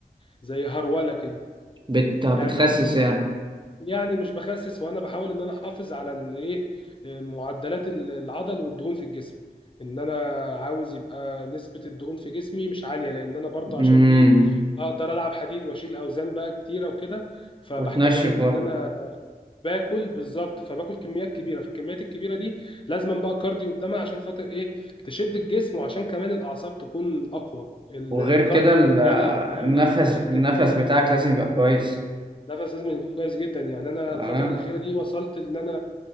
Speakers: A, on the left; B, on the right.
A: زي هروله كده
B: بت... بتخسس
A: يعني
B: يعني
A: يعني مش بخسس وانا بحاول ان انا احافظ على الايه معدلات ال- العضل والدهون في الجسم ان انا عاوز يبقى نسبة الدهون في جسمي مش عالية لان انا برضو
B: امم
A: عشان ايه اقدر العب حديد واشيل اوزان بقى كتيرة وكده فبحتاج
B: وتنشف برضه
A: ان انا باكل بالظبط فباكل كميات كبيرة فالكميات الكبيرة دي لازم بقى الكارديو قدامها عشان خاطر ايه تشد الجسم وعشان كمان الاعصاب تكون اقوى ال-
B: وغير
A: الكارديو
B: كده ال-
A: والجري والكلام
B: النفس
A: ده بيبقى مفيد
B: النفس
A: جدا
B: بتاعك لازم يبقى كويس
A: نفس لازم يكون كويس جدا يعني انا
B: اه
A: الفتره الاخيره دي وصلت ان انا